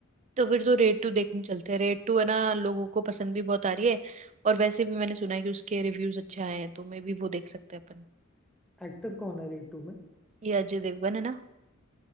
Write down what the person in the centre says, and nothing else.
एक्टर कौन है रेट टू में?